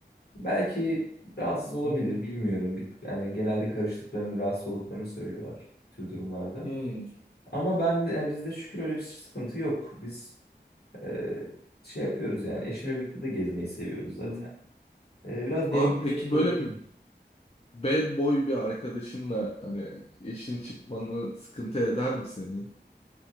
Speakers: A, on the left; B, on the left.
A: Belki rahatsız olabilir,
B: Hı hı.
A: bilmiyorum. Bir, yani genelde karıştıklarını, rahatsız olduklarını söylüyorlar tür durumlarda.
B: Hı.
A: Ama ben de, yani bizde şükür öyle bir sıkıntı yok. Biz e, şey yapıyoruz yani eşimle birlikte de gezmeyi seviyoruz zaten.
B: Hı.
A: E, biraz dengelemeye
B: Abi peki
A: çalışıyoruz.
B: böyle bir bad boy bir arkadaşınla hani eşin çıkmanı sıkıntı eder mi senin?